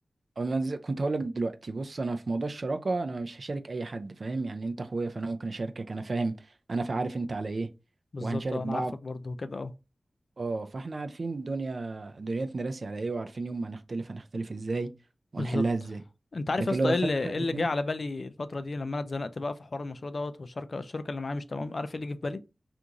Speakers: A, on the right; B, on the left.
A: أنا ز- كنت هقول لك دلوقتي بص انا في موضوع الشراكه انا مش هشارك اي حد فاهم يعني انت اخويا فانا ممكن اشاركك انا فاهم انا فا- عارف انت على ايه
B: بالظبط
A: وهنشارك
B: آه،
A: بعض
B: انا عارفك برضو كده اهو
A: اه فاحنا عارفين الدنيا دنيتنا راسي على ايه وعارفين يوم ما نختلف هنختلف ازاي وهنحلها
B: بالظبط
A: ازاي
B: انت عارف
A: لكن
B: يا اسطى
A: لو
B: ايه
A: دخلنا
B: اللي
A: حد
B: ايه اللي
A: تاني
B: جه على بالي الفتره دي لما انا اتزنقت بقى في حوار المشروع دوت والشركه الشركه اللي معايا مش تمام عارف ايه اللي جه في بالي